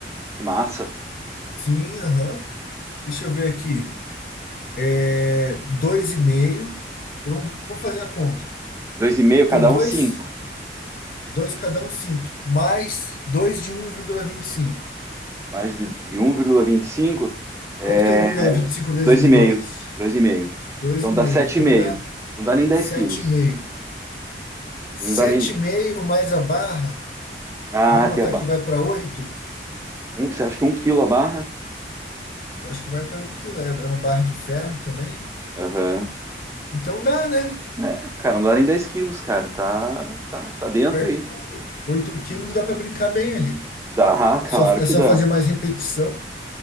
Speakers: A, on the right; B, on the left.
A: que massa.
B: Sim, aham. Deixa eu ver aqui. É dois e meio Eu vou fazer a conta.
A: Dois e meio cada
B: Tem dois,
A: um cinco.
B: dois cada um 5 mais dois de um vírgula vinte e cinco
A: Mais de, de 1,25 é
B: Quanto que é um vírgula vinte e cinco vezes
A: dois e
B: dois
A: meio. dois e meio.
B: dois
A: Então
B: e meio
A: dá sete
B: Então
A: e meio.
B: dá
A: Não dá nem 10
B: sete
A: quilos.
B: sete e meio sete
A: Não dá nem.
B: e meio mais a barra,
A: Ah,
B: vamos
A: até
B: botar
A: a barra.
B: que vai para oito
A: Um, você acha que um quilo a barra?
B: Eu acho que vai para um quilo. É é uma barra de ferro também, né?
A: Aham.
B: Então dá, né?
A: É, cara, não dá nem 10 quilos, cara. Tá, tá, tá dentro
B: Perto,
A: aí.
B: 8 quilos dá para brincar bem ali.
A: Dá, <laughs>
B: Só,
A: claro
B: é
A: que
B: só
A: dá.
B: fazer mais repetição.